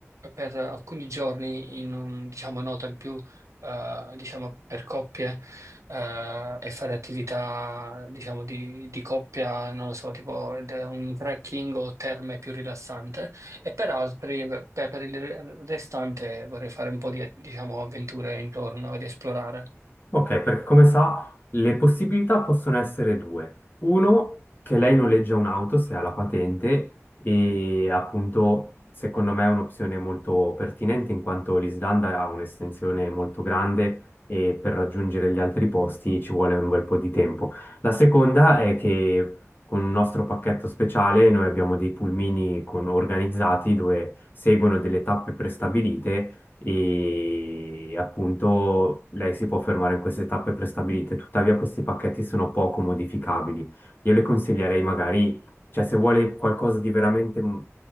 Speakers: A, on the right; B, on the left.
A: per alcuni giorni in un, diciamo, un hotel più, eh, diciamo, per coppie, eh, e fare attività, diciamo, di, di coppia, non lo so, tipo il- un trekking o terme più rilassante, e per altri, per, per il restante vorrei fare un po' di, diciamo, avventure intorno ed esplorare.
B: Ok, perché come sa, le possibilità possono essere due. Uno, che lei noleggia un'auto se ha la patente e appunto secondo me è un'opzione molto pertinente in quanto l'Islanda ha un'estensione molto grande e per raggiungere gli altri posti ci vuole un bel po' di tempo. La seconda è che con un nostro pacchetto speciale noi abbiamo dei pulmini con- organizzati dove seguono delle tappe prestabilite e appunto lei si può fermare in queste tappe prestabilite, tuttavia questi pacchetti sono poco modificabili. Io le consiglierei magari, cioè se vuole qualcosa di veramente mm,